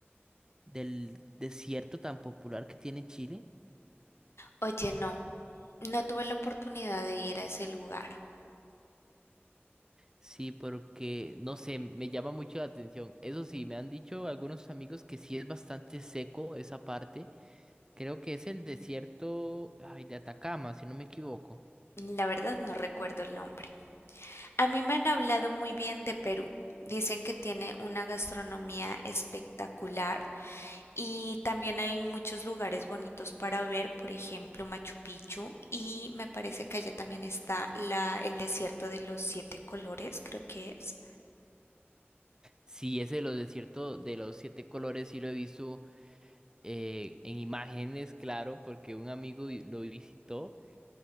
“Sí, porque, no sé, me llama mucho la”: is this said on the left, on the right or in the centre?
Right